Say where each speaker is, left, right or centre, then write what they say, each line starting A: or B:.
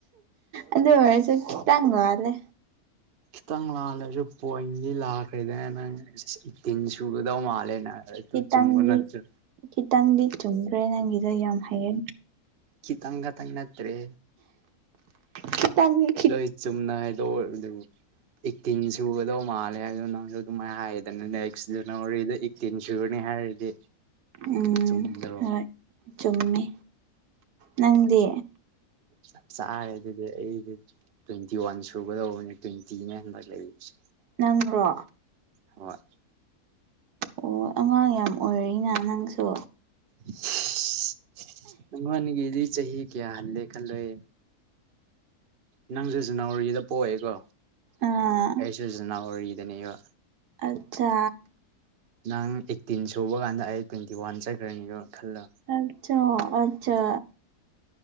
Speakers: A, on the right (about 85°); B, on the right (about 50°).
A: ꯑꯗꯨ ꯑꯣꯏꯔꯁꯨ ꯈꯤꯇꯪ ꯂꯜꯂꯦ
B: ꯈꯤꯇꯪ ꯂꯥꯜꯂꯁꯨ ꯄꯣꯏꯗꯤ ꯂꯥꯛ ꯀꯩꯗ ꯅꯪ <unintelligible> ꯇꯤꯟ ꯁꯨꯒꯗꯧ ꯃꯥꯜꯂꯦꯅ ꯑꯗꯨ
A: ꯈꯤꯇꯪꯗꯤ
B: ꯆꯨꯝꯕ ꯅꯠꯇ꯭ꯔꯥ
A: ꯈꯤꯇꯪꯗꯤ ꯆꯨꯝꯈ꯭ꯔꯦ ꯅꯪꯒꯤꯗꯣ ꯌꯥꯝ ꯍꯩꯌꯦ
B: ꯀꯤꯇꯪꯈꯥꯇꯪ ꯅꯠꯇ꯭ꯔꯦ
A: ꯈꯤꯇꯪꯅꯤ
B: ꯂꯣꯏ ꯆꯨꯝꯅꯥ ꯍꯥꯏ <unintelligible> ꯑꯦꯠꯇꯤꯡ ꯁꯨꯒꯗꯧ ꯃꯥꯜꯂꯦ ꯍꯥꯏꯗꯣ ꯅꯪꯁꯨ ꯑꯗꯨꯃꯥꯏꯅ ꯍꯥꯏꯌꯦꯗꯅꯅꯦ ꯑꯁ ꯖꯅꯋꯥꯔꯤꯗ ꯑ‌ꯦꯠ ꯇꯤꯟ ꯁꯨꯒꯅꯤ ꯍꯥꯏꯔꯗꯤ
A: ꯎꯝ
B: ꯆꯨꯝꯗ꯭ꯔꯣ
A: ꯍꯣꯏ ꯆꯨꯝꯃꯤ ꯅꯪꯗꯤ
B: ꯆꯞ ꯆꯔ‌ꯦ ꯑꯗꯨꯗꯤ ꯑꯩꯗꯤ ꯇ꯭ꯋꯦꯟꯇꯤ ꯋꯥꯟ ꯁꯨꯒꯗꯧꯕꯅꯦ ꯇ꯭ꯋꯦꯟꯇꯤꯅꯦ ꯍꯟꯗꯛ ꯂꯩꯔꯤꯁꯦ
A: ꯅꯪꯕ꯭ꯔꯣ
B: ꯍꯣꯏ
A: ꯑꯣ ꯑꯉꯥꯡ ꯌꯥꯝ ꯑꯣꯏꯔꯤꯅ ꯅꯪꯁꯨ
B: <unintelligible> ꯅꯪꯉꫭꯟꯗꯒꯤꯗꯤ ꯆꯍꯤ ꯀꯌꯥ ꯍꯜꯂꯦ ꯈꯜꯂꫭꯍ‌ꯦ ꯅꯪꯁꯨ ꯖꯅꯋꯥꯔꯤꯗ ꯄꯣꯛꯑꯦꯀꯣ
A: ꯑꯥ
B: ꯑꯩꯁꯨ ꯖꯅꯋꯥꯔꯤꯗꯅꯦꯕ
A: ꯑꯠꯆꯥ
B: ꯅꯪ ꯑꯩꯠꯇꯤꯟ ꯁꯨꯕ ꯀꯥꯟꯗ ꯑꯩ ꯇ꯭ꯋꯦꯟꯇꯤ ꯋꯥꯟ ꯆꯠꯈ꯭ꯔꯅꯤꯒꯣ ꯈꯜꯂꯣ
A: ꯑꯆꯥ ꯑꯆꯥ